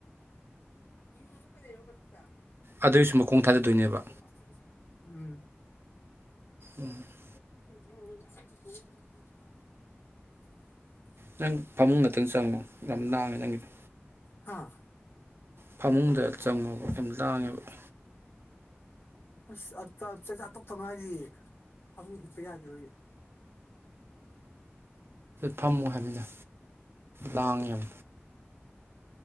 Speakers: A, on the left (about 60°); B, on the right (about 60°).
A: ꯃꯤ ꯀꯔꯤꯕ ꯃꯊꯛꯇ
B: ꯑꯗꯨꯏꯁꯨ ꯃꯈꯣꯡ ꯊꯥꯗꯗꯣꯏꯅꯦꯕ
A: ꯥꯛ ꯎꯝ
B: ꯎꯝ
A: ꯅ
B: ꯅꯪ ꯐꯃꯨꯡ ꯉꯥꯛꯛꯇꯪ ꯆꯪꯉꯣ ꯌꯥꯝ ꯥꯡꯉꯦ ꯅꯪꯒꯤꯗꯣ
A: ꯍꯥꯥ
B: ꯐꯃꯨꯡꯗ ꯆꯪꯉꯨꯕ ꯌꯥꯝ ꯂꯥꯡꯉꯦꯕ
A: ꯑꯁ ꯑ ꯆꯥꯛꯆꯥ ꯇꯣꯛꯇ ꯉꯥꯏꯔꯤ ꯐꯃꯨꯡ ꯍꯤꯞꯄ ꯌꯥꯒꯤꯔꯣꯏꯌꯦ
B: ꯐꯝꯃꯨ ꯍꯥꯏꯕꯗ ꯂꯥꯡꯉꯤ ꯌꯥꯝ